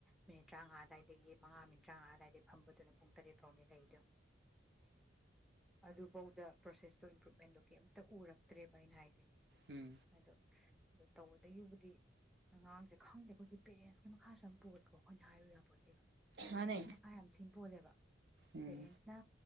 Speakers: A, in the centre; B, on the right.
A: ꯃꯤꯅꯤꯠ ꯇꯔꯥꯃꯉꯥ ꯑꯗꯥꯏꯗꯒꯤ ꯃꯉꯥ ꯃꯤꯅꯤꯠ ꯇꯔꯥꯉꯥ ꯑꯗꯨꯋꯥꯏꯗꯒꯤ ꯐꯝꯕꯗꯨꯅ ꯄꯨꯡ ꯇꯔꯦꯠ ꯐꯥꯎꯅꯦ ꯂꯩꯗꯣ ꯌꯦꯡꯉꫭ ꯑꯗꯨꯐꯧꯗ ꯄ꯭ꯔꯣꯁꯦꯁꯇꯣ ꯏꯝꯄ꯭ꯔꯨꯚꯃꯦꯟꯗꯣ ꯀꯩꯝꯇ ꯎꯔꯛꯇ꯭ꯔꯦꯕ ꯑꯩꯅ ꯍꯥꯏꯖꯩ
B: ꯎꯝ
A: ꯍꯥꯏꯗꯣ ꯑꯗꯣ ꯇꯧꯕꯗꯒꯤꯕꯨꯗꯤ ꯑꯉꯥꯡꯁꯦ ꯈꯪꯗꯦ ꯑꯩꯈꯣꯏꯒꯤ ꯄꯦꯔꯦꯟꯁꯀꯤ ꯃꯈꯥꯁꯨ ꯌꯥꯝ ꯄꯣꯜꯂꯤꯀꯣ ꯑꯩꯈꯣꯏꯅ ꯍꯥꯏꯌꯨ ꯌꯥꯄꫭꯟꯇꯦꯕ
B: ꯃꯥꯅꯦ
A: ꯄꯦꯔꯦꯁ ꯃꯈꯥ ꯌꯥꯝ ꯊꯤꯅ ꯄꯣꯜꯂꯦꯕ
B: ꯎꯝ
A: ꯄꯦꯔꯦꯟꯁꯅ